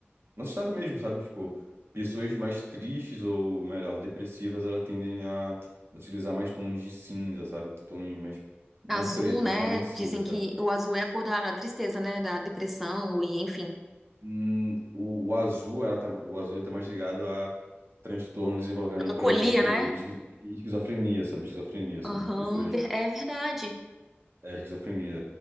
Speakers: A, on the right; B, in the centre.
A: Nosso estado mesmo, sabe? Tipo, pessoas mais tristes ou, melhor, depressivas, elas tendem a utilizar mais tons de cinza, sabe? Tons mais, não
B: Azul,
A: preto,
B: né?
A: mas realmente
B: Dizem
A: cinza, sabe?
B: que o azul é a cor da, da tristeza, né? Da depressão e, enfim,
A: Hum, o, o azul, ela tá, o azul tá mais ligado a transtorno desenvolvendo,
B: melancolia,
A: por exemplo,
B: né?
A: esqui- esquizofrenia, sabe? Esquizofrenia, sabe?
B: Aham,
A: Pessoas,
B: ver- é verdade.
A: é, esquizofrenia,